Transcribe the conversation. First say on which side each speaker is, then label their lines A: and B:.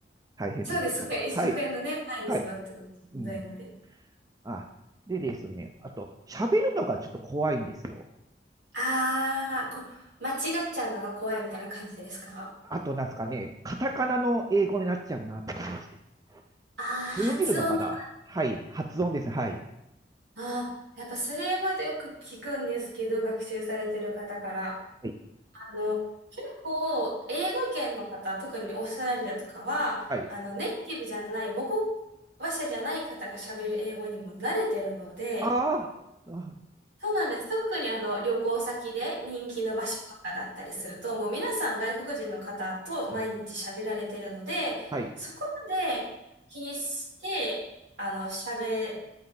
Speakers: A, on the right; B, on the right.
A: 大変です。
B: そうです。机、机のね、
A: はい、
B: 前に座ってのしんどいので。
A: はい、うん、あ、でですね、あと、喋るのがちょっと怖いんですよ。
B: あー、こう、間違っちゃうのが怖いみたいな感じですか
A: あと、なんですかね、カタカナの英語になっちゃうなと思いまして。
B: ああー、
A: 通じるのかなはい、
B: 発音と
A: 発音ですね。はい、
B: ああ、やっぱそれまでよく聞くんですけど、学習されてる方から。
A: はい、
B: あの、結構、英語圏の方、特にオーストラリアとかは、
A: はい。
B: あの、ネイティブじゃない、母語話者じゃない方が喋る英語にも慣れてるので、
A: あーあ、
B: そうなんです。特にあの旅行先で人気の場所とかだったりすると、もう皆さん外国人の方と毎日喋られてるので、
A: はい、はい
B: そこまで気にして、あの、喋